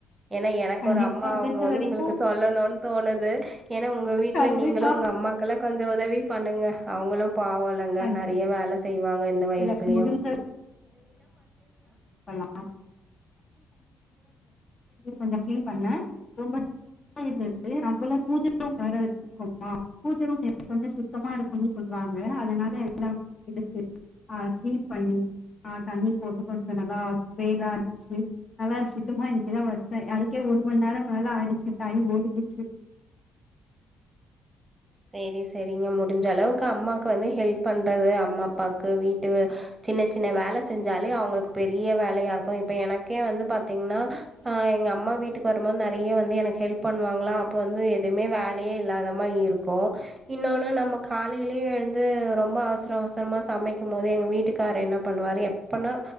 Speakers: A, on the right; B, on the left.
A: ஏன்னா எனக்கு
B: கண்டிப்பா
A: ஒரு அம்மா
B: முடிஞ்ச
A: ஆகு போது
B: வரைக்கும்
A: உங்களுக்கு சொல்லணும் தோணுது ஏன்னா உங்க வீட்ல
B: கண்டிப்பா
A: நீங்களும் உங்க அம்மாக்கெல்லா கொஞ்சம் உதவி பண்ணுங்க அவங்களும் பாவம்ல
B: கண்-
A: நெறைய வேல செய்வாங்க இந்த வயசுலயும்
B: இல்ல முடிஞ்ச <inaudible> கொஞ்சம் கிளீன் பண்ண ரொம்ப <inaudible> அவ்வளோ பூஜ வேற வச்சு <inaudible> பூஜ ரூம் எப்பவுமே சுத்தமா இருக்கணு சொல்வாங்க அதனால எல்லாமே எடுத்து அ க்ளின் பண்ணி அ தண்ணி போட்டு கொஞ்சம் நல்லா ஸ்ப்ரேலா அச்சு வேற சுத்தமா இன்னைக்கு தா வச்சேன் அதுக்கே ஒரு மணி நேரம் நல்லா ஆயிடுச்சு டைம் ஓடி போச்சு
A: சரி சரிங்க முடிஞ்ச அளவுக்கு அம்மாக்கு வந்து ஹெல்ப் பண்றது அம்மா அப்பாக்கு வீட்டு வே சின்ன சின்ன வேல செஞ்சாலே அவுங்களுக்கு பெரிய வேலையா இருக்கும் இப்ப எனக்கே வந்து பாத்தீங்கன்னா ஆ எங்க அம்மா வீட்டுக்கு வரும்போது நெறைய வந்து எனக்கு ஹெல்ப் பண்ணுவாங்ளா அப்ப வந்து எதுவுமே வேலயே இல்லாத மாரி இருக் கோ இன்னொன்னு நம்ம காலையிலயே எழுந்து ரொம்ப அவசர அவசரமா சமைக்கும் போது எங்க வீட்டுக்கார் என்ன பண்ணுவாரு எப் ப்பனா